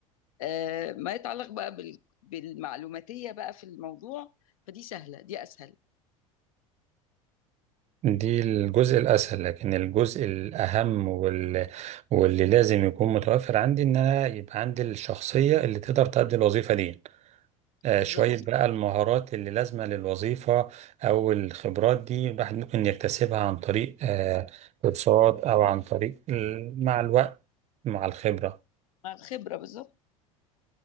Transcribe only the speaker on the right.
دي الجزء الاسهل لكن الجزء الاهم وال... واللي لازم يكون متوفر عندي ان انا يبقى عندي الشخصيه اللي تقدر تؤدي الوظيفه دي آه،
شوية بقى المهارات اللي لازمة للوظيفة أو الخبرات دي الواحد ممكن يكتسبها عن طريق آه، كورسات أو عن طريق ال- مع الوقت مع الخبرة